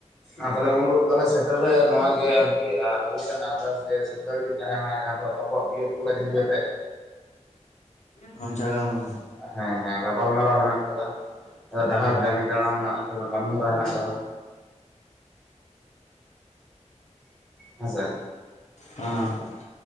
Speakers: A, in the centre; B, on the left (about 70°).
A: ᱟᱨ ᱛᱟᱦᱚᱞᱮ ᱩᱱ ᱦᱤᱞᱳ ᱛᱟᱦᱚᱞᱮ ᱥᱮᱴᱮᱨ ᱨᱮ ᱱᱚᱣᱟ ᱜᱮ ᱟᱨᱠᱤ ᱟᱹᱵᱤᱱ ᱴᱷᱮᱱ ᱟᱨᱫᱟᱥ ᱡᱮ ᱨᱮ ᱵᱤᱱ ᱛᱟᱦᱮᱱᱟ ᱡᱟᱦᱟᱸ ᱫᱚ ᱟᱵᱚᱣᱟᱜ ᱵᱤ ᱭᱮᱰ ᱠᱚᱞᱮᱡᱽ ᱤᱫᱤ ᱠᱟᱛᱮ <inaudible>
B: ᱡᱷᱟᱲᱜᱟᱨᱟᱢ ᱨᱮ ᱵᱟᱝ?
A: ᱦᱮᱸ ᱦᱮᱸ ᱜᱟᱯᱟᱞᱢᱟᱨᱟᱣ ᱦᱮᱱᱟᱜ ᱟᱠᱟᱫᱟ, ᱰᱟᱦᱟᱨ
B: ᱦᱮᱸ
A: ᱡᱟᱸᱜᱮ ᱫᱟᱲᱟᱢ ᱨᱮᱱᱟᱜ ᱠᱟᱹᱢᱤ ᱦᱚᱨᱟ ᱦᱮᱱᱟᱜ ᱠᱟᱫᱟ, ᱦᱮᱸᱥᱮ ᱾
B: ᱟᱸ <unintelligible>